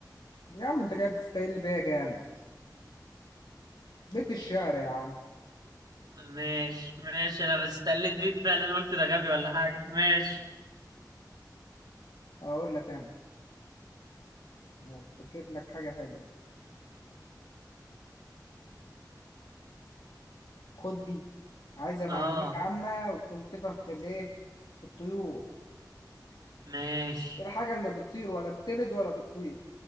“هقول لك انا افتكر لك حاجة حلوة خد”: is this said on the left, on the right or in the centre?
Left